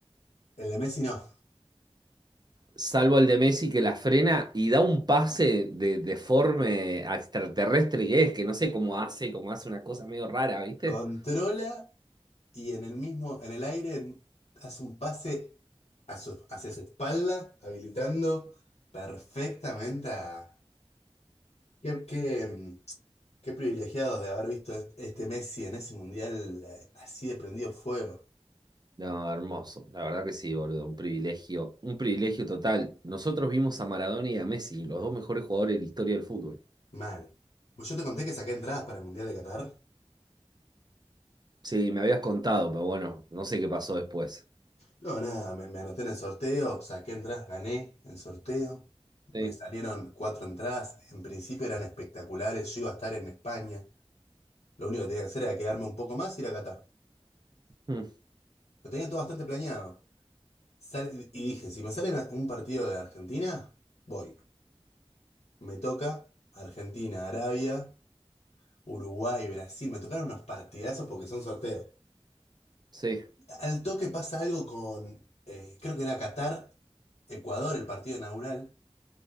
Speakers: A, on the left (about 80°); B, on the right (about 40°).
A: El de Messi no.
B: salvo el de Messi que la frena y da un pase de, de forma extraterrestre que es, que no sé cómo hace, cómo hace una cosa medio rara, ¿viste?
A: Controla y en el mismo, en el aire en- hace un pase a su- hacia su espalda, habilitando perfectamente a... Qué, qué, mm, qué privilegiados de haber visto est- este Messi en ese mundial eh, así de prendido fuego.
B: No, hermoso. La verdad que sí, boludo. Un privilegio. Un privilegio total. Nosotros vimos a Maradona y a Messi, los dos mejores jugadores de la historia del fútbol.
A: Mal. Pues yo te conté que saqué entradas para el mundial de Qatar.
B: Sí, me habías contado, pero bueno, no sé qué pasó después.
A: No, nada, me, me anoté en el sorteo, saqué entradas, gané el sorteo.
B: Sí.
A: Me salieron cuatro entradas, en principio eran espectaculares, yo iba a estar en España. Lo único que tenía que hacer era quedarme un poco más y ir a Qatar.
B: Mm,
A: Lo tenía todo bastante planeado. Sale- y dije, si me sale un partido de Argentina, voy. Me toca Argentina, Arabia, Uruguay, Brasil. Me tocaron unos partidazos porque son sorteos.
B: Sí.
A: Al toque pasa algo con, eh, creo que era Qatar, Ecuador, el partido inaugural.